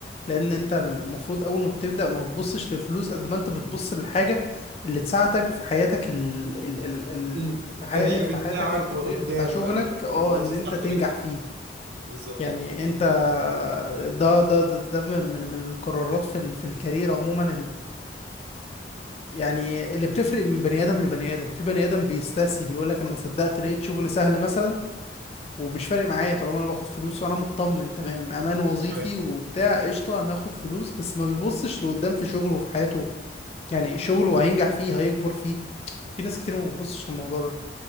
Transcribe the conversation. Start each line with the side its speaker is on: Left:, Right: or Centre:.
Left: لان انت المفروض اول ما بتبدا ما بتبصش للفلوس قد ما انت بتبص للحاجه اللي تساعدك في حياتك ال... ال... ال...
Right: ال-
Left: ال... في,
Right: الكارير
Left: حي... في
Right: بتاعك
Left: حياتك في الكارير
Right: وقدام
Left: بتاع شغلك
Right: أيوه
Left: اه
Right: كنت باصص
Left: ان انت
Right: تحت
Left: تنجح
Right: رجليك
Left: فيه
Right: بالظبط
Left: يعني انت ده ده ده, ده من من القرارات في ال... في الكارير عموما يعني اللي بتفرق من بني ادم لبني ادم في بني ادم بيستسهل يقول لك انا ما صدقت لقيت شغل سهل مثلا ومش فارق معايا طالما انا باخد فلوس وانا مطمن تمام امان وظيفي
Right: أيوه
Left: وبتاع قشطه انا هاخد فلوس بس ما بيبصش لقدام في شغله وفي حياته يعني شغله هينجح فيه هيكبر فيه في ناس كتير ما بتبصش للموضوع ده